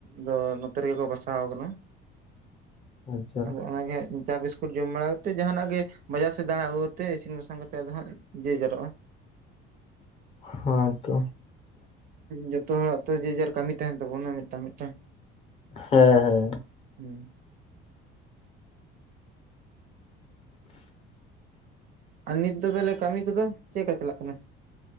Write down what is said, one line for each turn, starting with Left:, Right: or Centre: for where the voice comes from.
Right: ᱫᱚ ᱱᱚᱛᱮ ᱨᱮᱜᱮ ᱠᱚ ᱵᱟᱥᱟᱣ ᱟᱠᱟᱱᱟ
Left: ᱟᱪᱪᱷᱟ
Right: ᱟᱫᱚ ᱚᱱᱟᱜᱮ ᱦᱟᱸᱜ ᱪᱟ ᱵᱤᱥᱠᱩᱴ ᱡᱚᱢ ᱵᱟᱲᱟ ᱠᱟᱛᱮ ᱡᱟᱦᱟᱱᱟᱜ ᱜᱮ ᱵᱟᱡᱟᱨ ᱥᱮᱫ ᱫᱟᱬᱟ ᱟᱹᱜᱩ ᱠᱟᱛᱮ ᱤᱥᱤᱱ ᱵᱟᱥᱟᱝ ᱠᱟᱛᱮᱜ ᱟᱫᱚ ᱦᱟᱜ ᱡᱟᱨᱚᱜ-ᱟ
Left: ᱦᱚ ᱛᱚ
Right: ᱡᱚᱛᱚ ᱦᱚᱲᱟᱜ ᱛᱚ ᱡᱮᱡᱟᱨ ᱠᱟᱹᱢᱤ ᱛᱟᱸᱦᱮᱱ ᱛᱟᱵᱚᱱᱟ ᱢᱤᱫᱴᱟᱝ ᱢᱤᱫᱴᱟᱝ
Left: ᱦᱮᱸ ᱦᱮᱸ
Right: ᱦᱩᱸ ᱟᱨ ᱱᱤᱛ ᱫᱚ ᱛᱟᱦᱚᱞᱮ ᱠᱟᱹᱢᱤ ᱠᱚᱫᱚ ᱪᱮᱫ ᱞᱮᱠᱟ ᱪᱟᱞᱟᱜ ᱠᱟᱱᱟ